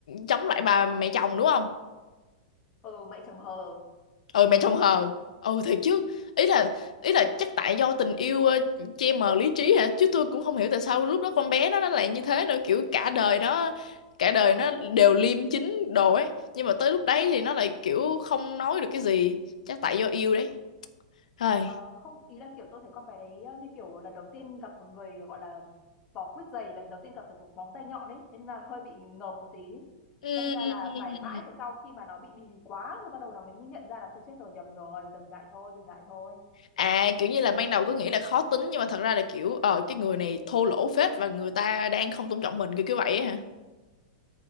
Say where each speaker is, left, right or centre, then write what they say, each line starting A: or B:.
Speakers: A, on the left (about 80°); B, on the left (about 20°).
A: chống lại bà mẹ chồng đúng không?
B: ừ mẹ chồng hờ
A: Ừ mẹ chồng hờ. Ừ thiệt chứ. Ý là ý là chắc tại do tình yêu ờ, che mờ lý trí hả? Chứ tôi cũng không hiểu tại sao lúc đó con bé nó nó lại như thế nữa, kiểu cả đời đó cả đời nó đều liêm chính đồ ấy, nhưng mà tới lúc đấy thì nó lại kiểu không nói được cái gì, chắc tại do yêu đấy. Thôi.
B: Ờ, không ý là kiểu tôi thấy con bé đấy ờ, như kiểu lần đầu tiên gặp một người gọi là vỏ quýt dày lần đầu tiên gặp được một móng tay nhọn ấy thế nên là hơi bị ngợp một tí
A: Ừm.
B: đâm ra là phải mãi phải sau khi mà nó bị đì quá rồi bắt đầu nó mới nhận ra là tôi chết rồi nhầm rồi dừng lại thôi dừng lại thôi
A: À kiểu như là ban đầu cứ nghĩ là khó tính nhưng mà thật ra là kiểu ờ cái người này thô lỗ phết và người ta đang không tôn trọng mình kiểu kiểu vậy á hả?